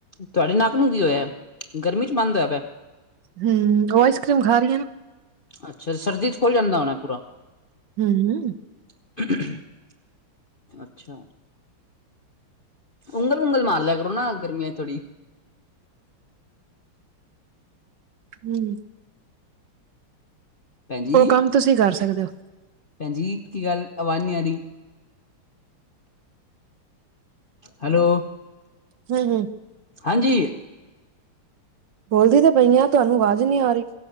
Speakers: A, on the left; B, on the right.
A: ਤੁਹਾਡੇ ਨੱਕ ਨੂੰ ਕੀ ਹੋਇਆ, ਗਰਮੀ ਚ ਬੰਦ ਹੋਇਆਂ ਪਿਆ।
B: ਹੂੰ, ਉਹ ਆਈਸ ਕਰ੍ਰੀਮ ਖਾਂ ਰੀ ਆ ਨਾ।
A: ਅੱਛਾ, ਸਰਦੀ ਚ ਖੁੱਲ ਜਾਂਦਾ ਹੋਣਾਂ ਪੂਰਾਂ।
B: ਹੂੰ।
A: <inaudible> ਅੱਛਾ, ਉਂਗਲ- ਉੁਗਲ ਮਾਰ ਲ਼ਿਆ ਕਰੋ ਨਾ ਗਰਮੀਆਂ ਚ ਥੋੜ੍ਹੀ।
B: ਹੂੰ।
A: ਭੈਣਜੀ
B: ਓ ਕੰਮ ਤੁਸੀਂ ਕਰ ਸਕਦੇ ਔ।
A: ਭੈਣਜੀ, ਕੀ ਗੱਲ ਆਵਾਜ਼ ਨੀ ਆ ਰੀ। ਹੈਲੋ।
B: ਹੂੰ-ਹੂੰ।
A: ਹਾਂਜੀ।
B: ਬੋਲਦੀ ਤੇ ਪਈ ਆਂ, ਤੁਹਾਨੂੰ ਆਵਾਜ਼ ਨੀਂ ਆ ਰੀ,